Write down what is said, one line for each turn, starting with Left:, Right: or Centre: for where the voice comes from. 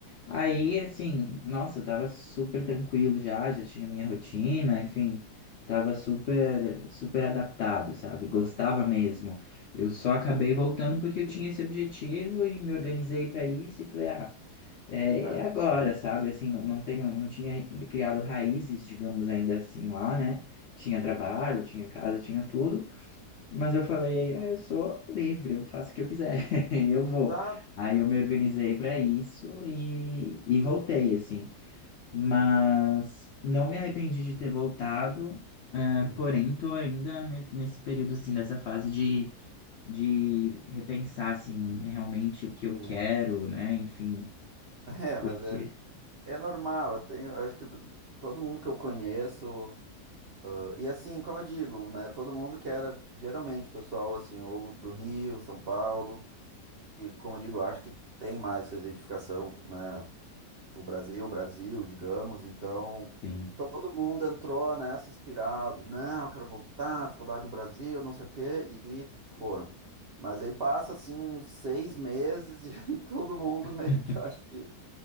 Left: Aí, assim, nossa, eu tava super tranquilo já, já tinha minha rotina, enfim, tava super, super adaptado, sabe? Gostava mesmo. Eu só acabei voltando porque eu tinha esse objetivo e me organizei para isso e falei, ah, é,
Right: é,
Left: é agora,
Right: sim.
Left: sabe? Assim, não, não tenho, não tinha criado raízes, digamos ainda assim, lá, né? Tinha
Right: Uhum.
Left: trabalho, tinha casa, tinha tudo, mas eu falei, "É, eu sou livre, eu faço o que eu quiser, <laughs> e eu vou.
Right: Exato.
Left: Aí eu me organizei para isso e, e voltei, assim. Mas não me arrependi de ter voltado, ah,
Right: Uhum,
Left: porém, tô ainda ne- nesse período, assim, dessa fase de, de repensar, assim, realmente o que eu
Right: Sim.
Left: quero, né? Enfim,
Right: <laughs> É, mas
Left: porque.
Right: é, é normal. Eu tenho, eu acho que do- todo mundo que eu conheço. ah, E assim, como eu digo, né? Todo mundo que era geralmente pessoal, assim, ou do Rio, São Paulo, que, como eu digo, eu acho que tem mais essa identificação, né? o Brasil, o Brasil, digamos. Então,
Left: Sim.
Right: todo mundo entrou nessa espiral. do, Não, eu quero voltar, saudade do Brasil, não sei o quê, e foram. Mas aí passa assim uns seis meses <laughs> e aí todo mundo
Left: <laughs>
Right: meio que eu acho que.